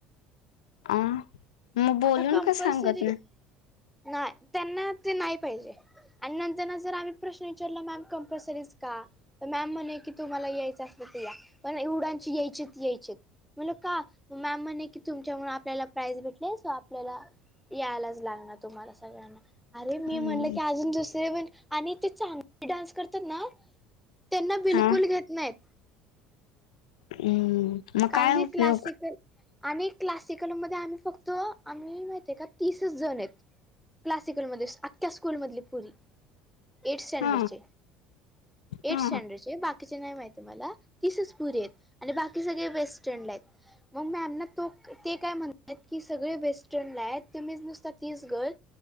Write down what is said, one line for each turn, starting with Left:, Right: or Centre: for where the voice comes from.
Left: अ मग बोलून
Centre: आता कंपल्सरी
Left: का सांगत ना
Centre: नाही त्यांना ते नाही पाहिजे आणि नंतर जर आम्ही प्रश्न विचारला मॅम कंपल्सरीच का तर मॅम म्हणे की तुम्हाला यायचं असल तर या पण एवडांची यायचे यायचे म्हण का मॅम म्हणणे की तुमच्यामुळेून आपल्याला प्राईज भेट सो आपल्याला यायलाच लागणार तुम्हाला सगळ्यांना अरे मी
Left: हम्म
Centre: म्हणल की अजून दुसरे पण आणि ते चांगले डान्स करतात ना त्यांना बिलकुल
Left: हा
Centre: घेत नाहीत
Left: हम्म मग
Centre: कारण
Left: काय
Centre: की
Left: उपयोग.
Centre: क्लासिकल आणि क्लासिकलमध्येध्ये आम्ही फक्त आम्ही माहित आहे का तीसच जण आहेत क्लासिकलमध्येध्ये अख्ख्या स्कूलमधली पुरी एथ स्टँडरचे
Left: हा
Centre: एथ
Left: हा
Centre: स्टँडरचे बाकी बा नाही माहिती मला तीसच पुरी आहेत आणि बाकी सगळे वेस्टर्न आहेत मग मी आमना तो ते काय म्हणतात की सगळे वेस्टर्न ला आहेत ते मी नुसत तीच गल